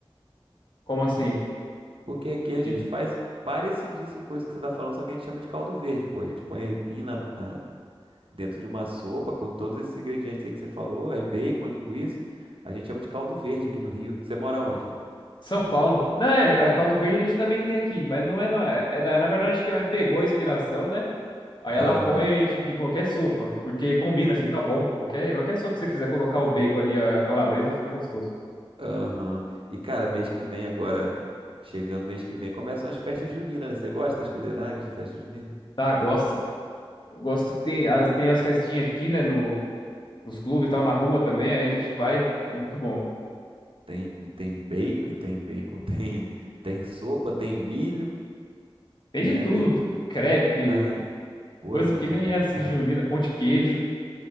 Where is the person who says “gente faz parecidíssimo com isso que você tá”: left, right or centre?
Right